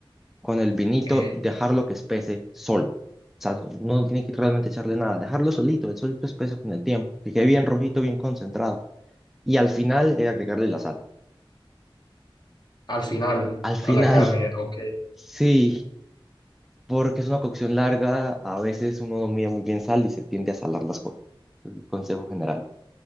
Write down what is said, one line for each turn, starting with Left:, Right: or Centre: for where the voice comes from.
Centre: con el vinito
Left: ok,
Centre: y dejarlo que espese solo. O sea, no, no tiene que realmente echarle nada, dejarlo solito, el solito espesa con el tiempo, que quede bien rojito, bien concentrado. Y al final, eh, agregarle la sal.
Left: Al final,
Centre: Al final,
Left: a la carne, ok.
Centre: <laughs> sí, porque es una cocción larga, a veces uno no mide muy bien sal y se tiende a salar las cosas. Es el consejo general,